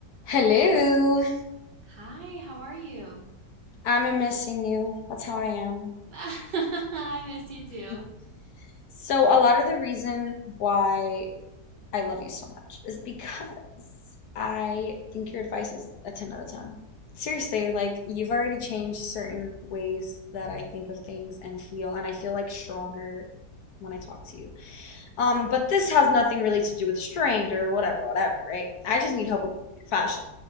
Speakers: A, on the left (about 65°); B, on the right (about 75°).
A: Hello.
B: Hi, how are you?
A: I'm missing you. That's how I am.
B: <laughs> I miss you too.
A: <laughs> So a lot of the reason why I love you so much is because I think your advice is a 10 out of 10. Seriously, like you've already changed certain ways that I think of things and feel, and I feel like stronger when I talk to you. Um, but this has nothing really to do with strength or whatever, whatever, right? I just need help with fashion.